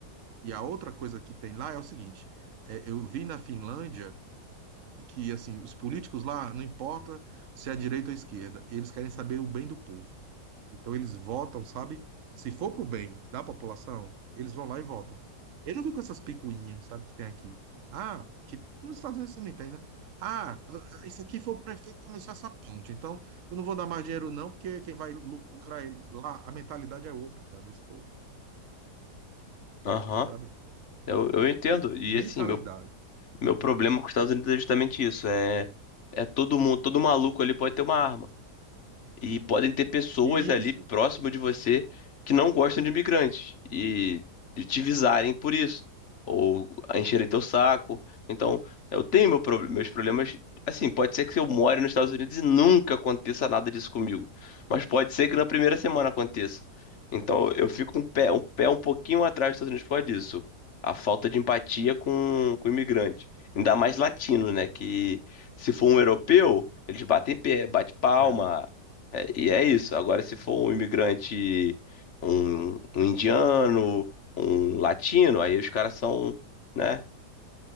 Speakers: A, on the right (about 55°); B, on the left (about 50°).
A: E a outra coisa que tem lá é o seguinte: é, eu vi na Finlândia que assim os políticos lá não importa se é direita ou esquerda, eles querem saber o bem do povo. Então eles votam, sabe? Se for pro bem da população, eles vão lá e votam. Eu não vi com essas picuinhas, sabe, que tem aqui. Ah, que nos Estados Unidos também tem, né? Ah, ah, isso aqui foi o prefeito que começou essa ponte. Então, eu não vou dar mais dinheiro, não, porque quem vai lucrar ele lá, a mentalidade é outra, cara, desse povo,
B: Aham.
A: sabe?
B: Eu, eu entendo. E assim,
A: Mentalidade.
B: meu, meu problema com os Estados Unidos é justamente isso. É, é todo mundo, todo maluco ali pode ter uma arma. E podem ter pessoas
A: Isso.
B: ali próximo de você que não gostam de imigrantes e, e te visarem por isso, ou encherem teu saco. Então, eu tenho meu proble- meus problemas. Assim, pode ser que eu more nos Estados Unidos e nunca aconteça nada disso comigo, mas pode ser que na primeira semana aconteça. Então, eu fico um pé um, pé um pouquinho atrás dos Estados Unidos por causa disso. A falta de empatia com, com o imigrante. Ainda mais latino, né? Que se for um europeu, eles batem pé, bate palma
A: É,
B: é, e é isso. Agora, se for um imigrante, um, um indiano, um latino, aí os caras são, né,